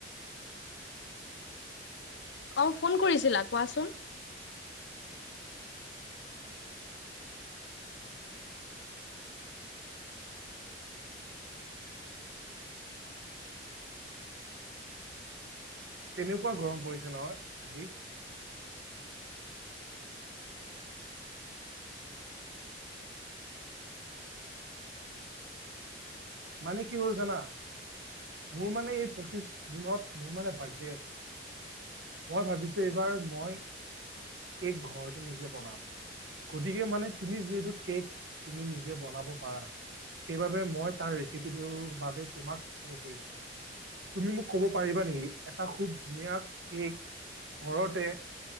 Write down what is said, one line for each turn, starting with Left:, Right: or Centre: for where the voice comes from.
Left: অ ফোন কৰিছিলা, কোৱাচোন?
Right: কেনেকুৱা গৰম পৰিছে নহয় আজি? মানে কি হ'ল জানা? মোৰ মানে এই পঁচিশ জুনত মোৰ মানে বাৰ্থডে আছে। মই ভাবিছো এইবাৰ মই কেক ঘৰতে নিজে বনাম। গতিকে মানে তুমি যিহেতু কেক তুমি নিজে বনাব পাৰা সেইবাবে মই তাৰ ৰেচিপিটোৰ বাবে তোমাক ফোন কৰিছো। তুমি মোক কব পাৰিবা নেকি এটা খুব ধুনীয়া কেক ঘৰতে